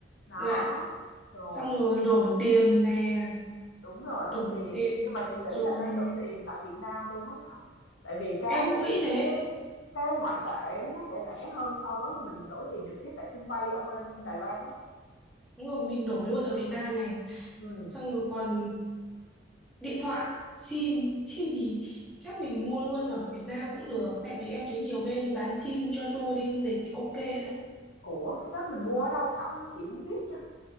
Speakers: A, on the left; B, in the centre.
A: đó
B: dạ
A: rồi
B: xong rồi đổi tiền nè
A: Đúng rồi, đổi
B: đổi
A: tiền,
B: tiền
A: nhưng mà chị nghĩ
B: rồi
A: là nên đổi tiền tại Việt Nam luôn á Thảo. Tại vì cái
B: em cũng nghĩ
A: cái
B: thế
A: cái ngoại tệ á, nó sẽ rẻ hơn so với mình đổi tiền trực tiếp tại sân bay ở bên Đài Loan á.
B: Đúng rồi mình đổi luôn ở
A: Ừ.
B: Việt Nam này
A: Ừ.
B: xong rồi còn điện thoại sim sim gì chắc mình mua luôn ở Việt Nam cũng được tại vì em thấy nhiều bên bán sim cho tour đi du lịch ok đó
A: Ủa cái đó mình mua ở đâu Thảo hả? Chị không biết nha.